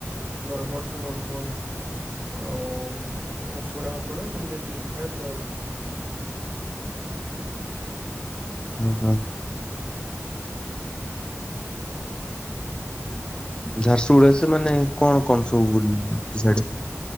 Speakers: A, on the right; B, on the left.
A: ବରଗଡ଼, ସମ୍ବଲପୁର୍। ଆଉ ଝାରସୁଗୁଡ଼ା ଫାରସୁଗୁଡା <unintelligible> ପ୍ରାୟ <unintelligible>
B: ଓ ହୋ।
A: ହୁଁ
B: ଝାରସୁଗୁଡ଼ା ସେ ମାନେ କଣ କଣ ସବୁ ବୁଲି ଅଛି ସିଆଡେ?